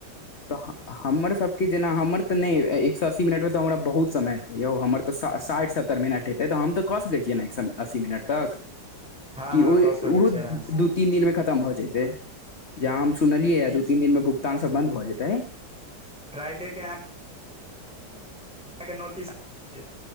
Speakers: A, on the left; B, in the centre.
A: तऽ हमर सबके जेना हमर त नै एक सए अस्सी मिनट मे तो हमरा बहुत समय यौ हमर त सा साठि सत्तरि मिनट हेतै तऽ हमरऽ त कऽ सकै छियै एक अस्सी मिनट तक
B: हँ
A: कि
B: हँ
A: ओय
B: कऽ सकै
A: ओहो
B: छी आरामसँ
A: दू तीन दिन मे खतम भऽ जेतै जहाँ हम सुनलियै या
B: ई
A: दू तीन दिन मे भुगतान सब बंद भए जेतेै
B: फ्रइडेके आहाँ के नोटिस ठि